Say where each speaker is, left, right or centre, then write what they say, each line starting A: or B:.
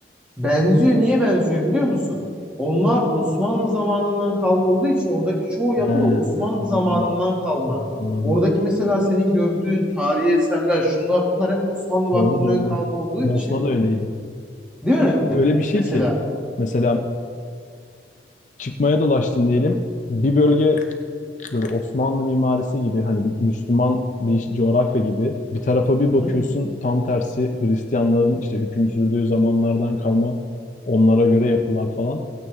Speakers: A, in the centre; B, on the left (about 45°).
A: Benziyor. Niye benziyor biliyor musun? Onlar Osmanlı zamanından kalma olduğu için oradaki çoğu yapı
B: He,
A: da Osmanlı
B: anladım,
A: zamanından kalma.
B: anladım.
A: Oradaki mesela senin gördüğün tarihi eserler, şunlar bunlar hep Osmanlı vaktinden
B: Doğru doğru.
A: kalma olduğu
B: Bosna
A: için,
B: da öyleydi.
A: değil mi?
B: Öyle bir şey
A: Mesela.
B: ki mesela çıkmaya dolaştın diyelim. Bir bölge böyle Osmanlı mimarisi gibi hani bir Müslüman bir coğrafya gibi bir tarafa bir
A: Hı
B: bakıyorsun
A: hı.
B: tam tersi Hristiyanların işte hüküm sürdüğü zamanlardan kalma onlara göre yapılar falan.